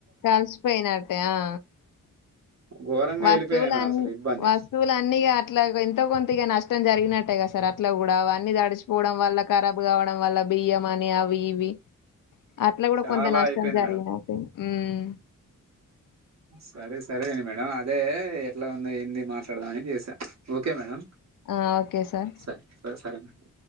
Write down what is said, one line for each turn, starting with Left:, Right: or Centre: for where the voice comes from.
Left: కలిసిపోయినట్టే ఆ
Right: ఘోరంగా
Left: వస్తువులని
Right: వెళ్ళిపోయినాయి మేడం అసలు ఇబ్బంది
Left: వస్తువులని అన్నిగా అట్లా ఎంత కొంతగా నష్టం జరిగినట్టు అట్టే కద సార్ అట్లా కూడా అ అన్ని తడిచిపోవడం వల్ల కఖరాబ్ కావడం వల్ల బియ్యం అని అవి ఇవి అట్లా కూడా
Right: చాలా
Left: కొంత నష్టం
Right: అయిపోయింది
Left: జరిగిన
Right: మేడం
Left: హుమ్
Right: సరే సరే అం మేడం అదే ఎట్లా ఉంది ఏంది మాట్లాడదామని చేసా ఓకే మేడం
Left: ఆ ఓకే సార్
Right: సరే స సరే అ